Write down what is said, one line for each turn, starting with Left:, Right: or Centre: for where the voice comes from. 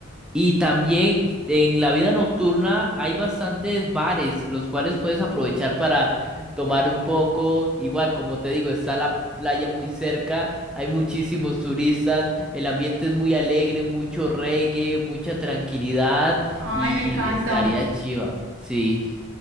Centre: Y también en la vida nocturna hay bastantes bares, los cuales puedes aprovechar para tomar un poco. Igual, como te digo, está la playa muy cerca, hay muchísimos turistas, el ambiente es muy alegre, mucho reggae, mucha tranquilidad
Right: Ay,
Centre: y
Right: me encanta,
Centre: estaría chiva. Sí,